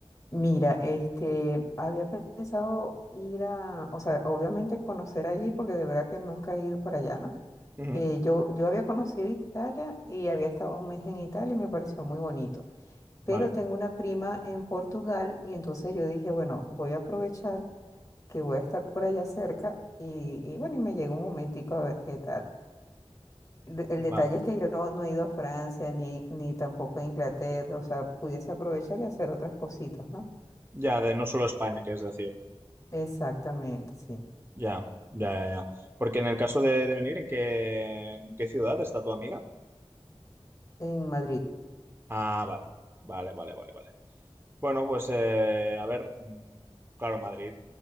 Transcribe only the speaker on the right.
Ujú,
Vale,
va.
Ya de no solo España, que es decir,
ya, ya, ya, ya. Porque en el caso de, de venir, ¿en qué, en qué ciudad está tu amiga?
Ah, vale, vale, vale, vale, vale. Bueno, pues eh, a ver, mm, claro, Madrid.